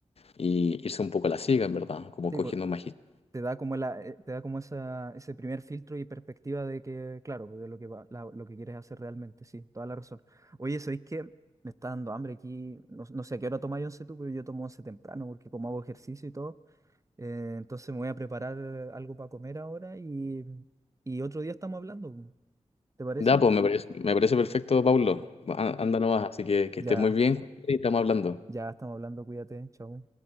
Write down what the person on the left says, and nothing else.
y irse un poco a la siga, en verdad, como
cogiendo
un magíster.
Ya, pues me parece, me parece perfecto, Pablo. A- Anda nomás, así que que
estés muy bien y estamos hablando.